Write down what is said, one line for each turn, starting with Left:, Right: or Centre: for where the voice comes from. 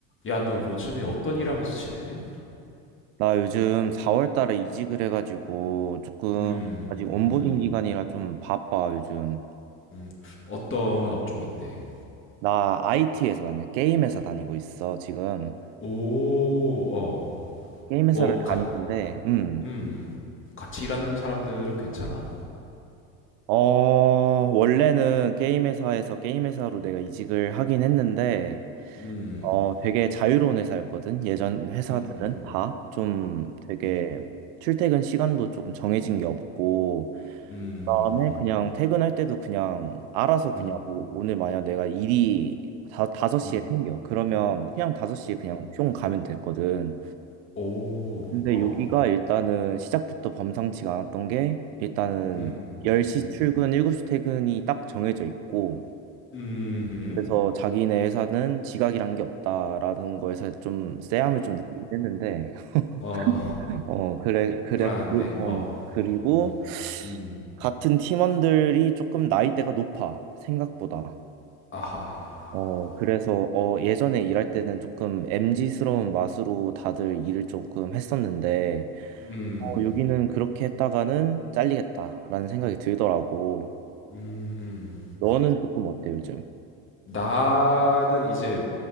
Left: 야, 너 요즘에 어떤 일 하면서 지내?
Right: 나 요즘 4월 달에 이직을 해가지고 조금
Left: 음,
Right: 아직 온보딩
Left: 음,
Right: 기간이라 좀 바빠, 요즘.
Left: 음. 어떤 업종인데?
Right: 나 IT 회사 다녀. 게임 회사 다니고 있어, 지금.
Left: 오, 어.
Right: 게임 회사를
Left: 뭐, 가,
Right: 다니는데, 음.
Left: 음. 같이 일하는 사람들은 괜찮아?
Right: 어, 원래는 게임 회사에서 게임 회사로 내가 이직을 하긴 했는데,
Left: 음,
Right: 어, 되게 자유로운 회사였거든. 예전 회사들은
Left: 음, 음,
Right: 다 좀 되게
Left: 음,
Right: 출퇴근 시간도 조금 정해진 게 없고,
Left: 음,
Right: 다음에 그냥 퇴근할 때도 그냥 알아서 그냥
Left: 음,
Right: 뭐 오늘 만약 내가 일이 다, 섯시에
Left: 음,
Right: 생겨. 그러면 그냥 다섯시에 그냥
Left: 음, 음.
Right: 뿅 가면 됐거든.
Left: 오,
Right: 근데
Left: 어.
Right: 여기가 일단은 시작부터 범상치가 않았던 게 일단은
Left: 음,
Right: 10시
Left: 음,
Right: 출근, 7시 퇴근이 딱 정해져 있고
Left: 음, 음.
Right: 그래서 자기네 회사는 지각이란 게 없다라는 거에서 좀 쎄함을 좀 느끼긴 했는데
Left: 어, <laughs>
Right: <laughs> 어 그래 그래
Left: 불안한데,
Right: 그-
Left: 어.
Right: 음, 그리고
Left: 음, 음.
Right: 같은 팀원들이 조금 나이대가 높아 생각보다
Left: 아하.
Right: 어, 그래서, 어, 예전에
Left: 음,
Right: 일할 때는 조금 m 지스러운 맛으로 다들 일을 조금 했었는데,
Left: 음,
Right: 어, 여기는 그렇게 했다가는 잘리겠다라는 생각이 들더라고.
Left: 음, 음.
Right: 너는 조금 어때, 요즘?
Left: 나는 이제